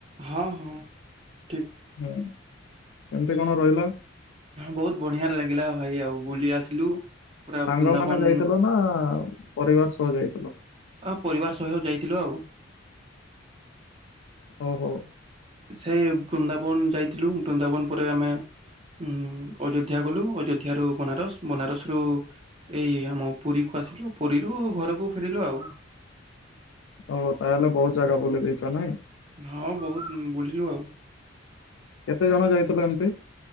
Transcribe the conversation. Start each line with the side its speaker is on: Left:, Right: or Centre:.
Right: ହଁ, ହଁ। ଠିକ
Left: ହୁଁ, କେମତି କଣ ରହିଲ?
Right: ବହୁତ ବଢିଁଆ ଲାଗିଲା ଭାଇ, ଆଉ ବୁଲି ଆସିଲୁ। ପୁରା
Left: ସାଙ୍ଗମାନେ
Right: ବୃନ୍ଦାବନ
Left: ଯାଇଥିଲ, ନା ପରିବାର ସହ ଯାଇଥିଲ?
Right: ଅ ପରିବାର ସହିୟ ଯାଇଥିଲୁ ଆଉ।
Left: ହୋଉ ହୋଉ
Right: ସେଇ ବୃନ୍ଦାବନ୍ ଯାଇଥିଲୁ ବୃନ୍ଦାବନ୍ ପରେ ଆମେ ଉଁ ଅଯୋଧ୍ୟା ଅଯୋଧ୍ୟା ଗଲୁ ଅଯୋଧ୍ୟା ରୁ ବନାରସ୍ ବନାରସ୍ ରୁ ଏଇ ଆମ ପୁରୀ କୁ ଆସିଲୁ ପୁରୀରୁ ଘରକୁ ଫେରିଲୁ ଆଉ।
Left: ଓ ତାହେଲେ ବହୁତ୍ ଜାଗା ବୁ ଦେଲେଦେଇଛ ନାଇଁ।
Right: ହଁ ବହୁତ୍ ବୁଲିଲୁ ଆଉ।
Left: କେତେ ଜଣ ଯାଇଥିଲ ଏମ୍ତି।